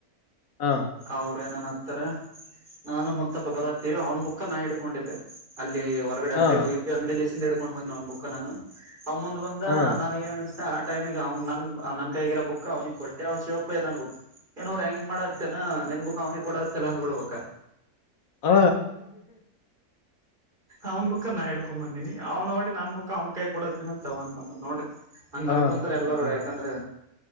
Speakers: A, on the left; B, on the right.
A: ಹಾ
B: ಅವ್ರ ಏನನ್ ತ ನಾನು ಮುತ್ತಪ್ಪ ಬರತ್ತೇವಿ ಅವ್ನ್ ಬುಕ್ಕ ನಾ ಇಡ್ಕೊಂಡಿದ್ದೆ ಅಲ್ಲಿ ಹೊರಗಡೆ
A: ಹಾ
B: ಅಂಡಿಗಿ ಹೋಗಿದ್ದ್ವ ಅಂಡಿಲಿ ಎಡುೊಂಡ ಬ ಹಂಬುಕ್ನು ಅವ ಮುಂದ್ ಬಂದ
A: ಹಾ
B: ನನಗೆನನಿಸತ್ ಟೈಮಿಗೆ ಅವ್ ನನ್ ನನ್ ಕೈಗರೋ ಬುಕ್ ಅವ್ನಿಗೆ ಕೊಟ್ಟೆ ಅವಾಗ ಶಿವಪ್ಪ ಏನ್ ಅನಬೇಕು ಏನೋ ರ್ಯಾಗಿಂಗ್ ಮಾಡತಿಯೆನ್ನ ನಿನ್ನ ಬುಕ್ ಅವನೀಗ ಕೊೂಡ ತಲಂದ್ ಬಿಡುವ
A: ಹ
B: ಅವ್ನ್ ಬುಕ್ಕಾ ನಾ ಇಡ್ಕೊಂಡ್ ಬಂದೀನಿ ಅವ್ನೋಡಿ ನನ್ನ ಬುಕ್ ಅವನಕಯ್ಯಾಗ ಕೊಡಾತೇನ್ ಅಂತ ಅನ್ಕೊಂಡನ್ ನೋಡರಿ ಹಂಗ
A: ಹಾ
B: ಕನ್ಕೊಂತಾರ ಎಲ್ಲರುೂ
A: ಹಾ
B: ಯಾಕಂದ್ರ